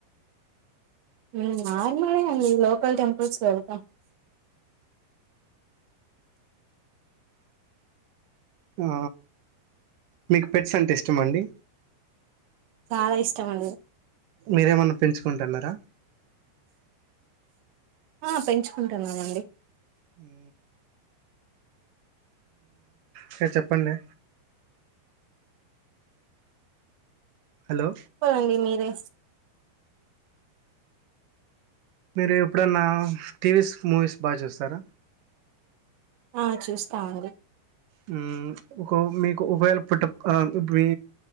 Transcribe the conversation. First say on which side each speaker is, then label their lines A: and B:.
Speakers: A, on the right (about 85°); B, on the right (about 65°).
A: హు నార్మల్ గా అండి లోకల్ టెంపుల్ కి ఎల్టా
B: ఆ మీకు పెట్స్ అంటే ఇష్టమ అండి
A: చాలా ఇస్తామండి
B: మీరేమన్నా పెంచుకుంటాన్నారా
A: ఆ పెంచుకుంటన్నామండి
B: హూ సరే చెప్పండి హలో
A: చెప్పాలండి మీరే
B: మీరు ఎప్పుడన్నా టీవీస్ మూవీస్ బా చూస్తారా
A: ఆ చూస్తా అండి
B: హు <unintelligible> ఒక మీకు ఉపయోగ పుట్ట మీ